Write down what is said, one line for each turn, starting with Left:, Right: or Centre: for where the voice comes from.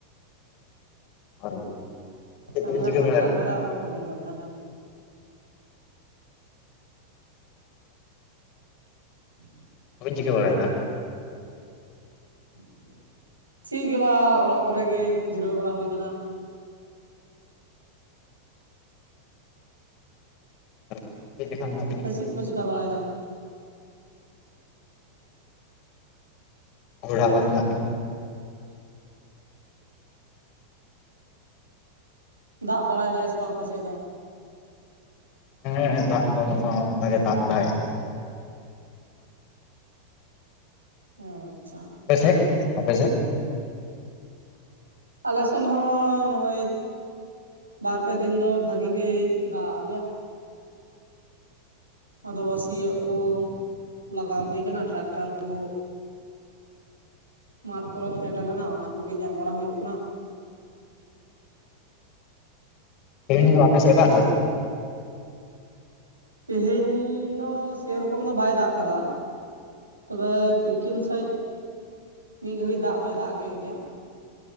Left: <unintelligible>
Right: ᱟᱪᱪᱷᱟ,
Left: ᱪᱮᱫ ᱠᱚᱵᱤᱱ
Right: ᱦᱮᱸ
Left: ᱪᱤᱠᱟᱹ
Right: ᱢᱟ
Left: ᱵᱟᱲᱟᱭᱮᱫᱟ
Right: ᱜᱟᱞᱢᱟᱨᱟᱣ ᱮᱦᱚᱵ ᱛᱟᱞᱟᱝ ᱵᱮᱱ ᱛᱟᱦᱚᱞᱮ᱾ <inaudible>
Left: ᱵᱟᱹᱧ ᱪᱤᱠᱟᱹ ᱵᱟᱲᱟᱭᱮᱫᱟ᱾
Right: <inaudible> ᱪᱤ ᱜᱮ ᱵᱟᱝ ᱚᱲᱟᱜ ᱠᱚᱨᱮ ᱜᱮ ᱡᱤᱨᱟᱹᱣ ᱵᱟᱲᱟ ᱦᱩᱭᱠᱟᱱᱟ᱾
Left: <unintelligible>
Right: ᱪᱤᱜ ᱠᱩᱯᱮ ᱪᱮᱠᱟ ᱵᱟᱲᱟᱭᱮᱫᱟ?
Left: ᱚᱲᱟᱜ ᱠᱚᱨᱮ ᱢᱮᱱᱟᱜ ᱞᱮᱭᱟ ᱾
Right: ᱫᱟᱜ ᱵᱟᱲᱟᱭ ᱫᱟᱭ ᱥᱮ ᱵᱟᱝ ᱟᱯᱮ ᱥᱮᱫ ᱫᱚ?
Left: ᱦᱮᱸ ᱦᱮᱸ ᱫᱟᱜ ᱫᱚ ᱚᱱᱮ ᱚᱱᱠᱟ ᱜᱮ ᱫᱟᱜ ᱫᱟᱭ᱾
Right: ᱟᱪᱪᱷᱟ,
Left: ᱟᱯᱮᱥᱮᱜ ᱟᱯᱮᱥᱮᱜ?
Right: ᱟᱞᱮ ᱥᱮᱱ ᱦᱚᱸ ᱱᱚᱜ-ᱚᱭ ᱵᱟᱨ ᱯᱮ ᱫᱤᱱ ᱫᱚ ᱵᱷᱟᱜᱤ ᱜᱮᱭ ᱫᱟᱜ ᱟᱜ ᱞᱮᱭᱟ᱾ ᱟᱫᱚ ᱥᱤᱭᱚᱜ ᱠᱩ ᱞᱟᱜᱟᱣ ᱦᱩᱭ ᱟᱠᱟᱱᱟ ᱴᱨᱟᱠᱴᱟᱨ ᱠᱩ ᱢᱟᱴᱷ ᱠᱚᱨᱮ ᱯᱷᱮᱰ ᱟᱠᱟᱱᱟ ᱚᱱᱟ ᱠᱚᱜᱮ ᱧᱮᱞ ᱵᱟᱲᱟ ᱦᱩᱭᱩᱜ ᱠᱟᱱᱟ᱾
Left: ᱛᱤᱦᱤᱧ ᱫᱚ ᱟᱯᱮ ᱥᱮᱫ ᱫᱟᱜ ᱞᱮᱫᱟ ᱥᱮ ᱵᱟᱝ?
Right: ᱛᱮᱦᱮᱧ ᱫᱚ ᱥᱮᱨᱚᱠᱚᱢ ᱫᱚ ᱵᱟᱭ ᱫᱟᱜ ᱟᱠᱟᱫᱟ᱾ ᱛᱚᱵᱮ ᱛᱤᱠᱤᱱ ᱥᱮᱡᱽ ᱢᱤᱫ ᱜᱷᱟᱹᱲᱤ ᱫᱟᱜ ᱫᱚᱭ ᱫᱟᱜ ᱠᱮᱫ ᱜᱮᱭᱟ᱾